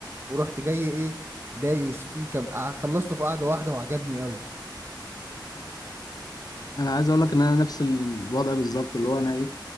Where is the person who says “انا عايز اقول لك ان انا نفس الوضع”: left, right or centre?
Left